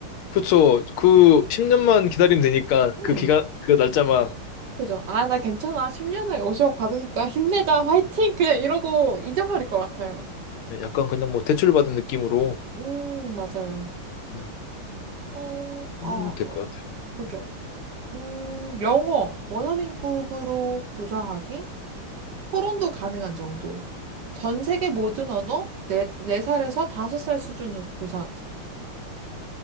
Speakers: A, on the left (about 80°); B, on the right (about 65°).
A: 그쵸. 그 10년만 기다리면 되니까
B: <laughs> 음,
A: 그 기간, 그 날짜만
B: 그죠? 아, 나 괜찮아. 10년 후에 50억 받으니까 힘내자. 화이팅! 그냥 이러고 잊어버릴 것 같아요.
A: 네, 약간 그냥 뭐 대출받은 느낌으로
B: 음, 맞아요.
A: 네,
B: 어, 아,
A: 하면
B: 어,
A: 될 것 같아요.
B: 그죠. 음, 영어, 원어민급으로 구사하기? 토론도 가능한 정도. 전 세계 모든 언어, 네, 네살에서 다섯 살 수준으로 구사하기.